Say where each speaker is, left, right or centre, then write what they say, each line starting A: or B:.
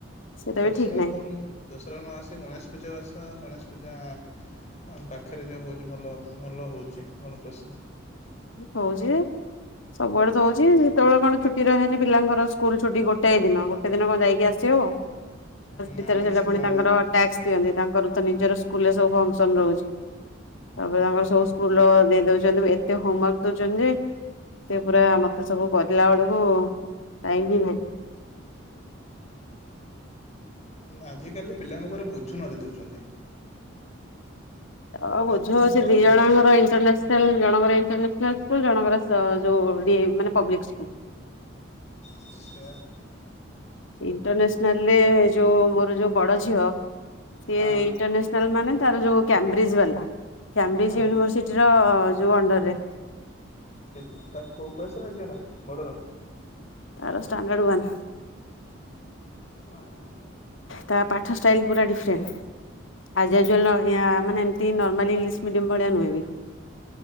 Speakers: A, on the left; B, on the left.
A: ସେଇଟା
B: ଦଶହରା
A: ବି ଠିକ ନାହିଁ
B: କଣ ଦଶହରା ନ ଆସି ଗଣେଶ ପୂଜା ଆସ ଗଣେଶ ପୂଜା ଆ ପାଖରେ ଯୋଉ ହଉଛି ଭଲ ଭଲ ହଉଛି ଭଲ ପ୍ରସିଦ୍ଧ
A: ହଉ ଯି ସବୁଆଡେ ତ ହଉଛି ସେତେବେଳେ କଣ ଛୁଟି ରହିନେ ପିଲାଙ୍କର ସ୍କୁଲ ଛୁଟି ଗୋଟଏ ଦିନ ଗୋଟେ ଦିନ କଣ ଯାଇକି ଆସିବି
B: ନାଇଁ
A: ଭିତରେ ସେଟା
B: ସେ
A: ପୁଣି
B: ଗଣା
A: ତାଙ୍କର ଟାକ୍ସ ଦିଅନ୍ତି ତାଙ୍କର ନିଜର ସ୍କୁଲରେ ସବୁ ଫଙ୍କସନ ରହୁଛି ତାପରେ ତାଙ୍କର ସବୁ
B: ହୁଁ
A: ସ୍କୁଲ ଦେଇ ଦଉଛନ୍ତି ହମୱାର୍କ ତ ଦଉଛନ୍ତି ଯେ ସେ ପୁରା ମତେ ସବୁ କରିଲା ବେଳକୁ ଟାଇମ ହିଁ ନାହିଁ
B: ଆଜିକାଲି ପିଲାଙ୍କ ଉପରେ ବୋଝ ନ ଦେଇ ଦଉଛନ୍ତି
A: ଆଉ
B: ପାଠ
A: ବୁଝଉଛି
B: ନତ
A: ଦି ଜଣଙ୍କର
B: ବୋଝ
A: ଇଣ୍ଟରନାାସନାଲ ଜଣଙ୍କର ଇଣ୍ଟରାସନା ସ୍ ଜଣଙ୍କର ମାନେ ପବ୍ଲିକ୍ ସ୍କୁଲ୍
B: ଆ୍ ସୋ
A: ଇଣ୍ଟରନାାସନାଲରେ ଯୋଉ ମୋର ଯଉ ବଡ ଝିଅ ସିଏ
B: ହଁ
A: ଇଣ୍ଟରନେସନାଲ ମାନେ ତାର ଯୋଉ କଂବ୍ରିଜ୍ ବାଲା କ୍ୟମ୍ବ୍ରିଜ
B: ହଁ
A: ୟୁନିଭରସିଟିର ଯୋଉ ଅଣ୍ଡରରେ
B: କେ ତା କୋଉ କ୍ଲାସ ହେଲା ଝିଅର ବଡର
A: ତାର ଷ୍ଟାଣ୍ଡର୍ଡ ୱାନ
B: ହ
A: ତା ପାଠ ଷ୍ଟାଇଲ ପୁରା ଡିଫରେଣ୍ଟ ଆଜି ଆଜଆ ମାନେ ଏମତି ନର୍ମାଲ ଇଂଲିଶ ମିଡିମ ଭଳିଆ ନୁହେଁ ବି